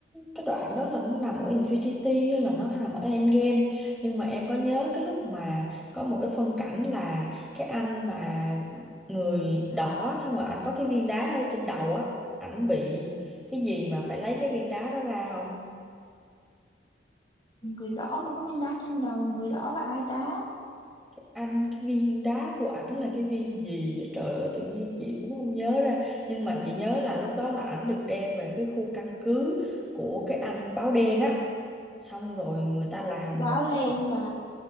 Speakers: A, in the centre; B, on the left.
A: cái đoạn đó là nó nằm ở Infinity hay là nó nằm ở Endgame nhưng mà em có nhớ cái lúc mà có một cái phân cảnh là cái anh mà người đỏ xong rồi ảnh có cái viên đá ở trên đầu á ảnh bị cái gì mà phải lấy cái viên đá đó ra không
B: người đỏ mà có viên đá trên đầu người đỏ là ai ta
A: anh cái viên đá của ảnh là cái viên gì á? trời ơi tự nhiên chị cũng không nhớ ra nhưng mà chị nhớ là lúc đó là ảnh được đem về cái khu căn cứ của cái anh báo đen á xong rồi người ta làm
B: báo
A: một
B: lên
A: cái tập
B: là